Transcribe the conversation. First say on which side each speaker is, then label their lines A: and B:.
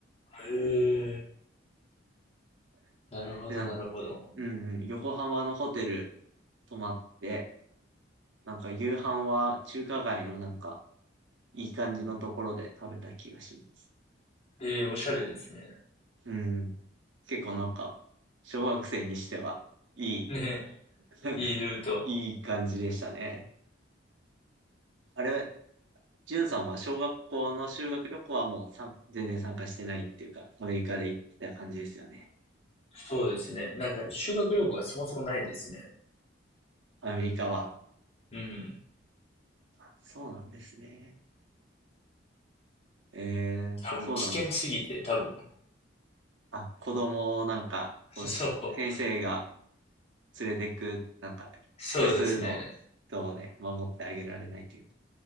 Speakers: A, on the left; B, on the right.
A: へえ。なるほど、
B: で、なんか、
A: なるほど。
B: うんうん、横浜のホテル泊まって、なんか夕飯は中華街のなんか、いい感じのところで食べた気がします。
A: えー、おしゃれですね。
B: うん。結構なんか、小学生にしては、いい
A: ね
B: <laughs>
A: いいルート。
B: いい感じでしたね。あれ、ジュンさんは小学校の修学旅行はもうさん全然参加してないっていうか、アメリカで行ってた感じですよね。
A: そうですね。なんか修学旅行がそもそもないですね。
B: アメリカは。
A: うん。
B: あそうなんですね。えー、
A: あ、
B: そうだな。
A: もう危険すぎて、多分。
B: あ、子供をなんか、
A: <laughs>
B: こう、
A: そう。
B: 先生が連れてく、なんか、
A: そうですね。
B: 複数の人をね、守ってあげられないという。